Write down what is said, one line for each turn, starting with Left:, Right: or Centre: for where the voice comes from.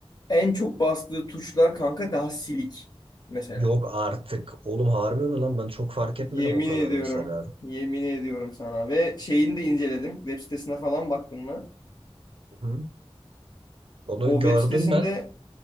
Left: En çok bastığı tuşlar kanka daha silik mesela.
Right: Yok artık. Oğlum harbi mi lan? Ben çok fark etmedim
Left: Yemin
Right: o kadar
Left: ediyorum.
Right: mesela.
Left: Yemin ediyorum sana. Ve şeyini de inceledim. Web sitesine falan baktım mı?
Right: Hı. Onu
Left: O
Right: gördüm
Left: web sitesinde
Right: ben.